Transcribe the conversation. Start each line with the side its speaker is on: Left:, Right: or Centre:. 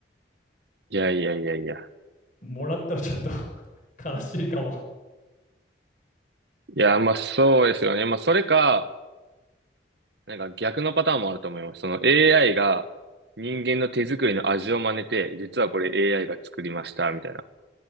Right: いやいやいやいや。
Left: もらったらちょっと <laughs> 悲しいかも。
Right: いや、まあそうですよね。まあそれか、なんか逆のパターンもあると思います。その AI が人間の手作りの味を真似て、実はこれ AI が作りました、みたいな。